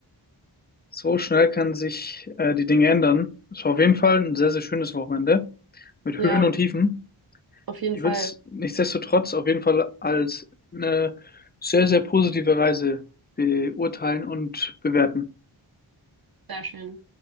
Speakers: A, on the left; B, on the right.
A: so schnell kann sich äh, die Dinge ändern. Es war auf jeden Fall ein sehr, sehr schönes Wochenende mit
B: Ja.
A: Höhen und Tiefen.
B: Auf jeden
A: Ich
B: Fall,
A: würde es nichtsdestotrotz auf jeden Fall als eine sehr, sehr positive Reise beurteilen und bewerten.
B: sehr schön.